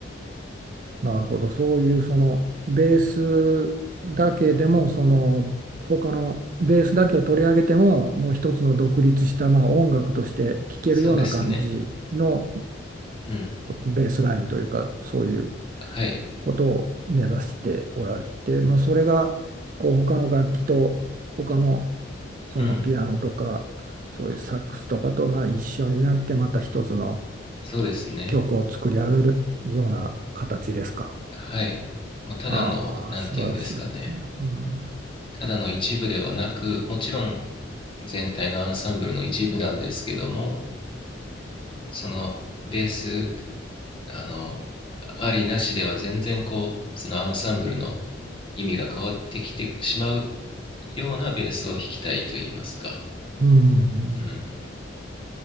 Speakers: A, on the right (about 40°); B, on the left (about 25°).
A: あ、なるほど。そういうそのベースだけでも、その他のベースだけを取り上げても、もう一つの独立した、まあ、音楽として聴けるような感じの
B: そうですね。うん。
A: ベースラインというか、そういう
B: はい。
A: ことを目指しておられて、まあ、それがこう他の楽器と他のそのピアノとかそういうサックスとかとまあ一緒になってまた一つの
B: うん。そうですね。
A: 曲を作り上げるような形ですか。
B: はい。もうただの、
A: ああ、
B: なんて言うんですかね。
A: 素晴らしいね。うん。
B: ただの一部ではなく、もちろん全体のアンサンブルの一部なんですけども、そのベース、あの、ありなしでは全然こうそのアンサンブルの意味が変わってきてしまうようなベースを弾きたいと言いますか、
A: うん
B: うん